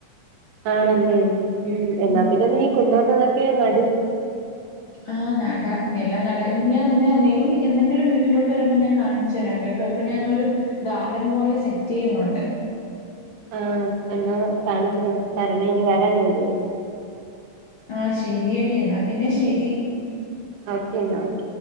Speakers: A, on the right; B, on the left.
A: ആണല്ലേ എന്നാ
B: ഉം
A: പിന്നെ നീ കൊണ്ടുവന്നതൊക്കെ നട്
B: ആഹ് നടാം നിലം നട ഞാൻ നിന്നെ നി നി എന്നങ്കിലും വീട്ടിലോട്ട് വരുമ്പോ ഞാൻ കാണിച്ചു തരാം കേട്ടോ അപ്പൊ ഞാനൊരു ഗാർഡൻ പോലെ സെറ്റ് ചെയ്യുന്നുണ്ട്
A: ആഹ് എന്നാ കാണിച്ച തരണം ഇനി വരാൻ ഒരൂസം
B: ആഹ് ശെരിയടി എന്നാ പിന്നെ ശെരി
A: അവസ്ഥ എന്നാ നോക